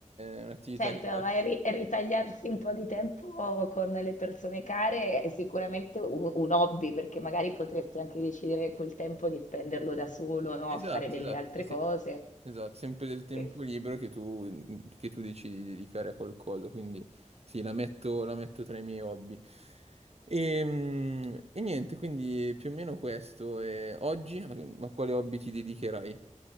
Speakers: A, on the right; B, on the left.
A: è un'attività
B: Certo,
A: che faccio.
B: e ri- e ritagliarsi un po' di tempo con le persone care è sicuramente un, un hobby, perché magari potresti anche decidere quel tempo di spenderlo da solo, no?
A: Esatto,
B: A fare delle
A: esatto,
B: altre
A: sì.
B: cose.
A: Esatto, sempre del tempo
B: Eh sì.
A: libero che tu, che tu decidi di dedicare a qualcosa, quindi sì, la metto, la metto tra i miei hobby. Ehm, E, niente, quindi più o meno questo. E oggi a a quale hobby ti dedicherai?